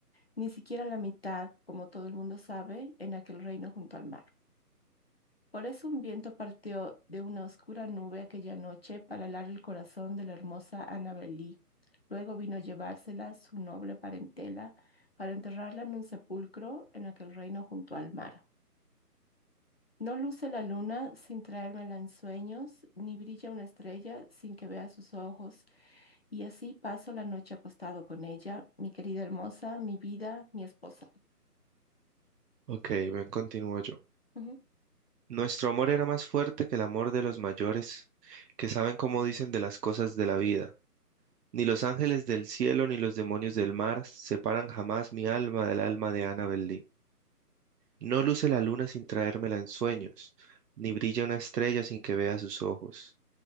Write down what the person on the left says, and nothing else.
ni siquiera la mitad, como todo el mundo sabe, en aquel reino junto al mar. Por eso un viento partió de una oscura nube aquella noche para helar el corazón de la hermosa Annabel Lee. Luego vino a llevársela su noble parentela para enterrarla en un sepulcro en aquel reino junto al mar. No luce la luna sin traérmela en sueños, ni brilla una estrella sin que vea sus ojos. Y así paso la noche acostado con ella, mi querida hermosa, mi vida, mi esposa.
Ujú.